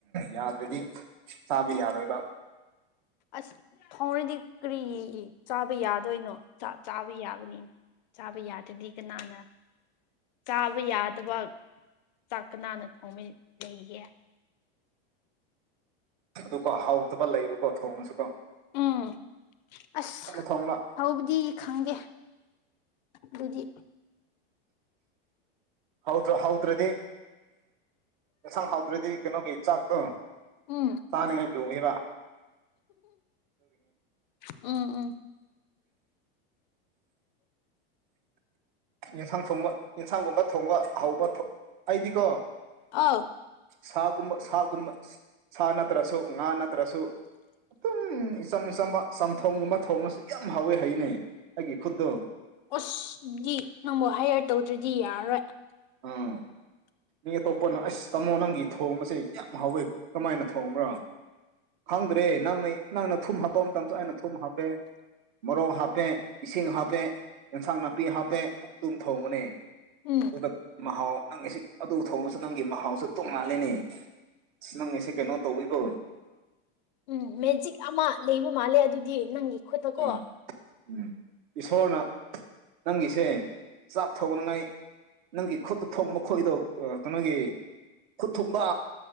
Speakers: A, on the right; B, on the left.
A: ꯌꯥꯗ꯭ꯔꯗꯤ ꯆꯥꯕ ꯌꯥꯔꯣꯏꯕ
B: ꯑꯁ ꯊꯥꯎꯔꯗꯤ ꯀꯔꯤ ꯆꯥꯕ ꯌꯥꯗꯣꯏꯅꯣ ꯆꯥꯕ ꯌꯥꯕꯅꯤꯅꯦ ꯆꯥꯕ ꯌꯥꯗ꯭ꯔꯗꯤ ꯀꯅꯥꯅ ꯆꯥꯕ ꯌꯥꯗꯕ ꯆꯥꯛ ꯀꯟꯅꯅ ꯊꯣꯡꯕ ꯂꯩꯒꯦ
A: ꯑꯗꯨꯀꯣ ꯍꯥꯎꯗꯕ ꯂꯩꯕꯀꯣ ꯊꯣꯡꯔꯁꯨꯀꯣ
B: ꯎꯝ ꯑꯁ
A: ꯊꯣꯡꯅ
B: ꯍꯧꯕꯗꯤ ꯈꯪꯗꯦ ꯑꯗꯨꯗꯤ
A: ꯍꯥꯎꯇꯔ ꯍꯥꯎꯇꯔꯥꯗꯤ ꯌꯦꯟꯁꯥꯡ ꯍꯥꯎꯇꯔꯗꯤ ꯀꯩꯅꯣꯒꯤ ꯆꯥꯛꯇꯣ
B: ꯎꯝ
A: ꯆꯥꯅꯤꯡꯉꯥꯏ ꯂꯨꯋꯦꯕ
B: ꯎꯝ ꯎꯝ
A: ꯑꯦꯟꯁꯥꯡ ꯊꯣꯡꯕ ꯑꯦꯟꯁꯥꯡꯒꯨꯝꯕ ꯊꯣꯡꯕ ꯍꯧꯕ ꯑꯩꯗꯤꯀꯣ
B: ꯑꯥꯎ
A: ꯁꯥꯒꯨꯝꯕ ꯁꯥꯒꯨꯝꯕ ꯁꯥ ꯅꯠꯇ꯭ꯔꯁꯨ ꯉꯥ ꯅꯠꯇ꯭ꯔꯁꯨ ꯑꯗꯨꯝꯝ ꯑꯆꯝꯕ ꯆꯝꯊꯣꯡꯒꯨꯝꯕ ꯊꯣꯡꯉꯁꯨ ꯌꯥꯝ ꯍꯥꯎꯋꯦ ꯍꯩꯅꯦ ꯑꯩꯒꯤ ꯈꯨꯠꯇꯣ
B: ꯑꯁ ꯗꯤ ꯅꯪꯕꯨ ꯍꯥꯏꯌꯔ ꯇꯧꯗ꯭ꯔꯗꯤ ꯌꯥꯔꯔꯣꯏ <inaudible>
A: ꯑꯥ ꯃꯤ ꯑꯇꯣꯞꯄꯅ ꯑꯁ ꯇꯥꯃꯣ ꯅꯪꯒꯤ ꯊꯣꯡꯕꯁꯦ ꯌꯥꯝ ꯍꯥꯎꯋꯦ ꯀꯃꯥꯏꯅ ꯊꯣꯡꯕ꯭ꯔ ꯈꯪꯗ꯭ꯔꯦ ꯅꯪꯅ ꯅꯪꯅ ꯊꯨꯝ ꯍꯥꯞꯄ ꯃꯇꯝꯁꯨ ꯑꯩꯅ ꯊꯨꯝ ꯍꯥꯞꯄꯦ ꯃꯔꯣꯛ ꯍꯥꯞꯄꯦ ꯏꯁꯤꯡ ꯍꯥꯞꯄꯦ ꯑꯦꯟꯁꯥꯡ ꯅꯥꯄꯤ ꯍꯥꯞꯄꯦ ꯑꯗꯨꯝ ꯊꯣꯡꯕꯅꯦ
B: ꯎꯝ
A: ꯑꯗꯨꯗ ꯃꯍꯥꯎ ꯅꯪꯒꯤꯁꯦ ꯑꯗꯨ ꯊꯣꯡꯉꯥꯁꯨ ꯅꯪꯒꯤ ꯃꯍꯥꯎꯁꯨ ꯇꯣꯡꯉꯥꯜꯂꯤꯅꯤ ꯑꯁ ꯅꯪꯉꯤꯁꯦ ꯀꯩꯅꯣ ꯇꯧꯕꯤꯀꯣ
B: ꯎꯝ ꯃꯦꯖꯤꯛ ꯑꯃ ꯂꯩꯕ ꯃꯥꯜꯂꯦ ꯑꯗꯨꯗꯤ ꯅꯪꯒꯤ ꯈꯨꯠꯇꯨ ꯀꯣ
A: ꯎꯝ ꯎꯝ ꯏꯁꯣꯔꯅ ꯅꯪꯒꯤꯁꯦ ꯆꯥꯛ ꯊꯣꯡꯅꯤꯉꯥꯏ ꯅꯪꯒꯤ ꯈꯨꯠꯇ ꯊꯣꯡꯕ ꯈꯣꯏꯗꯣ ꯀꯩꯅꯣꯒꯤ ꯈꯨꯠ ꯊꯨꯝꯕ